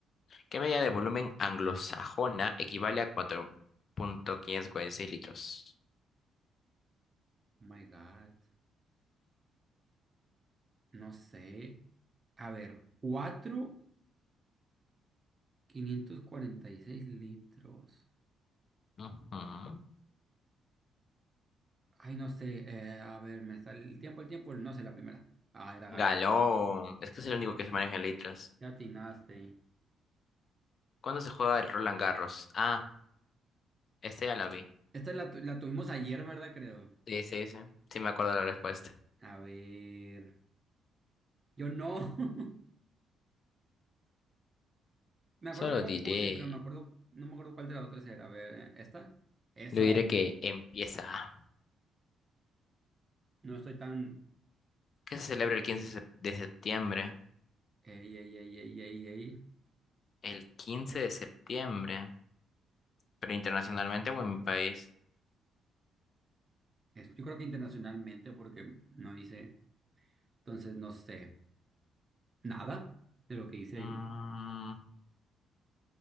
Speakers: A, on the left; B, on the right.
A: ¿Qué medida de volumen anglosajona equivale a 4.546 litros?
B: Oh my God. No sé. A ver, cuatro quinientos cuarenta y seis litros.
A: Ujú.
B: Ay, no sé. eh, a ver, me sale el tiempo, el tiempo. No sé la primera. Ah, era galón.
A: Galón. Es que es el único que se maneja en litros.
B: Ya atinaste.
A: ¿Cuándo se juega el Roland Garros? Ah, este ya la vi.
B: Esta la, tu- la tuvimos ayer, ¿verdad? Creo.
A: Sí, sí, sí. Sí me acuerdo la respuesta.
B: A ver. Yo no. <laughs> Me acuerdo
A: Solo
B: cuál
A: diré,
B: puse, pero me acuerdo, no me acuerdo cuál de las otras era. A ver, ¿eh? ¿esta? Eso.
A: yo diré que empieza.
B: No estoy tan.
A: ¿Qué se celebra el quince sep- de septiembre?
B: Ey, ey, ey, ey, ey, ey.
A: El 15 de septiembre, pero internacionalmente o en mi país.
B: Es- Yo creo que internacionalmente, porque no hice. Entonces no sé nada de lo que hice
A: Mm,
B: ahí.